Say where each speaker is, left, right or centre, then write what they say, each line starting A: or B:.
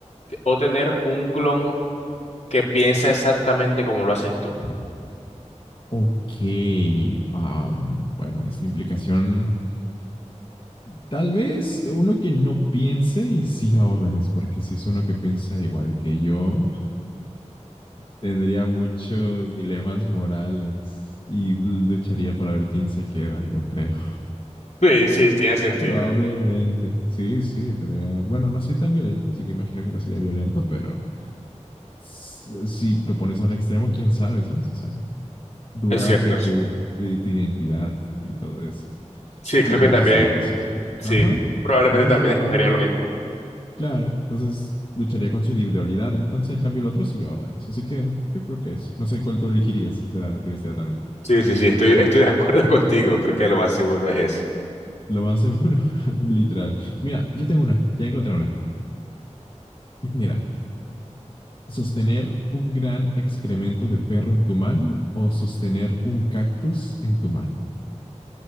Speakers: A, on the left; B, on the left.
A: o tener un clon que piensa exactamente como lo haces tú.
B: ok, am, bueno, esta implicación... Tal vez uno que no piense y siga órdenes, porque si es uno que piensa igual que yo, tendría muchos dilemas morales y lucharía para ver quién se queda, yo creo.
A: Sí, sí, tiene
B: <laughs>
A: sentido.
B: Probablemente. Sí, sí, tendría. Bueno, no soy tan violento, así que imagino que no sería violento, pero si lo pones a un extremo, quién sabe, ¿sabes? O sea, dudar
A: Es cierto,
B: de tu,
A: sí.
B: de tu identidad y todo eso.
A: Sí, creo
B: Y peor
A: que también,
B: si sabe que es un plan.
A: sí,
B: Ajá.
A: probablemente
B: Entonces
A: también
B: creo
A: escogería lo mismo.
B: Claro, entonces lucharía con su individualidad, entonces en cambio el otro sigue órdenes. Así que yo creo que es. No sé cuál tú elegirías, me da curiosidad también.
A: Sí, sí, sí, estoy, estoy de acuerdo <laughs> contigo, creo que lo más seguro es eso.
B: Lo más seguro, <laughs> literal. Mira, yo tengo una, ya encontré una. Mira, sostener un gran excremento de perro en tu mano o sostener un cactus en tu mano.